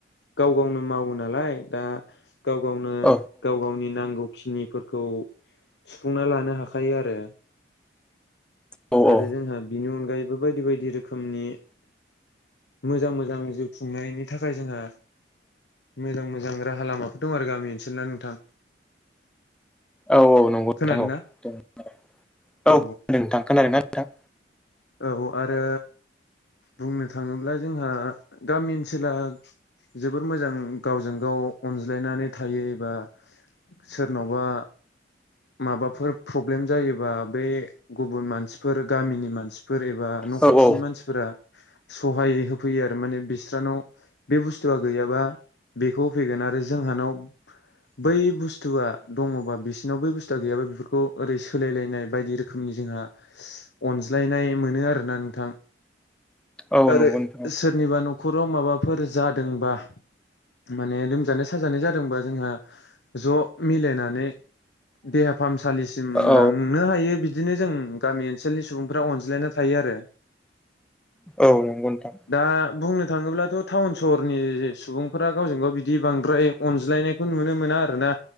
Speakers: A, on the left; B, in the centre.
A: गाव गावनो मावो नालाय दा गाव गावनो
B: औ
A: गाव गावनि नांगौ खिनिफोरखौ सुफुंना लानो हाखायो आरो
B: औ
A: आरो जोंहा बिनि अनगायैबो बायदि बायदि रोखोमनि मोजां मोजां जिउ खुंनायनि थाखाय जोंहा मोजां मोजां राहा लामाफोर दं आरो गामि ओनसोलना नोंथां
B: औ औ नंगौ
A: खोनादों
B: नोंथां औ औ
A: ना
B: खोनादों
A: औ
B: नोंथां खोनादों ना नोंथां
A: औ आरो बुंनो थाङोब्ला जोंहा गामि ओनसोला जोबोर मोजां गावजों गाव अनज्लायनानै थायो एबा सोरनावबा माबाफोर प्रब्लेम जायोबा बे गुबुन मानसिफोर गामिनि मानसिफोर फोर एबा न'
B: औ
A: खाथिनि
B: औ
A: मानसिफोरा सहाय होफैयो आरो माने बिस्रानाव बे बुस्थुआ गैयाबा बेखौ होफैगोन आरो जोंहानाव बै बुस्थुआ दङबा बिसिरनाव बै बुस्थुआ गैयाबा बेफोरखौ ओरै सोलायलायनाय बायदि रोखोमनि ज जोंहा अनज्लायनाय मोन आरोना नोंथां
B: औ
A: आरो
B: नंगौ नोंथां
A: सोरनिबा नख' न'खराव माबाफोर जादोंबा माने लोमजानाय साजानाय जादोंबा जोंहा ज' मिलायनानै देहा फाहामसालिसिम
B: औ
A: लांनो हायो बिदिनो जों गामि ओनसोलनि सुबुंफ्रा अनज्लायनो थायो आरो
B: औ नंगौ नोंथां
A: दा बुंनो थाङोब्लाथ' टाउन सहरनि सुबुंफोरा गावजों गाव बिदि बांद्राय अनज्लाय नायखौ नुनो मोना आरोना